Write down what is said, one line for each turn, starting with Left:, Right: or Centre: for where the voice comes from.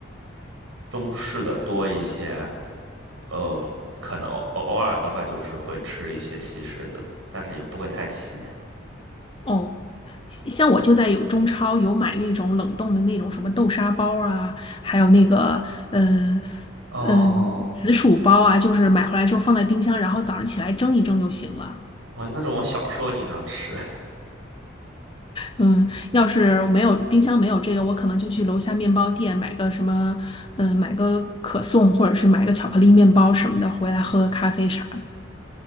Right: 中式的多一些。嗯，可能偶偶尔的话就是会吃一些西式的，但是也不会太西
Left: 哦，像我就在有中超有买那种冷冻的那种什么豆沙包啊，还有那个呃
Right: 哦，
Left: 呃紫薯包啊，就是买回来之后放在冰箱，然后早上起来蒸一蒸就行了。
Right: 哦，那种我小时候经常吃。
Left: 嗯，要是没有冰箱没有这个，我可能就去楼下面包店买个什么，嗯、买个可颂或者是买个巧克力面包什么的，回来喝个咖啡啥的。